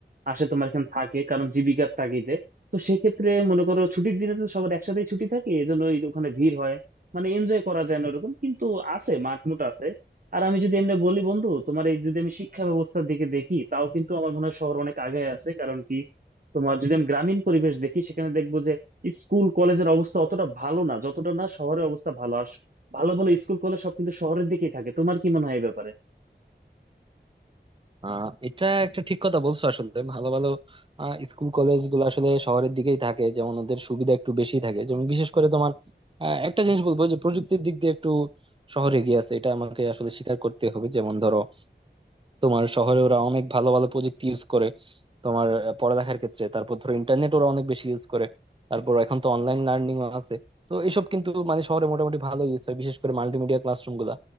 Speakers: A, on the right; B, on the right.
A: আসে তোমার এখানে থাকে কারণ জীবিকার তাগিদে তো সেক্ষেত্রে মনে করো ছুটির দিনে তো সবার একসাথেই ছুটি থাকে এজন্য ওই ওখানে ভিড় হয় মানে এনজয় করা যায় না ওরকম কিন্তু আছে মাঠ মুঠ আছে আর আমি যদি এমনি বলি বন্ধু তোমার এই যদি আমি শিক্ষা ব্যবস্থার দিকে দেখি তাও কিন্তু আমার মনে হয় শহর অনেক আগে আছে কারণ কি তোমার যদি আমি গ্রামীণ পরিবেশ দেখি সেখানে দেখবো যে স্কুল কলেজের অবস্থা অতটা ভালো না যতটা না শহরের অবস্থা ভালো আর ভালো ভালো স্কুল কলেজ সব কিন্তু শহরের দিকেই থাকে তোমার কি মনে হয় এই ব্যাপারে
B: আহ এটা একটা ঠিক কথা বলছো আসলে ভালো ভালো আহ, স্কুল কলেজ গুলো আসলে শহরের দিকেই থাকে যেমন ওদের সুবিধা একটু বেশি থাকে যেমন বিশেষ করে তোমার আহ, একটা জিনিস বলবো যে প্রযুক্তির দিক দিয়ে একটু শহরে এগিয়ে আছে এটা আমাকে আসলে স্বীকার করতে হবে যেমন ধরো তোমার শহরে ওরা অনেক ভালো ভালো প্রযুক্তি ইউজ করে তোমার আহ, পড়ালেখার ক্ষেত্রে তারপর ধরো ইন্টারনেট ওরা অনেক বেশি ইউজ করে তারপর এখন তো অনলাইন লার্নিং আছে তো এসব কিন্তু মানে শহরে মোটামুটি ভালো ইউজ হয় বিশেষ করে মাল্টিমিডিয়া ক্লাসরুম গুলা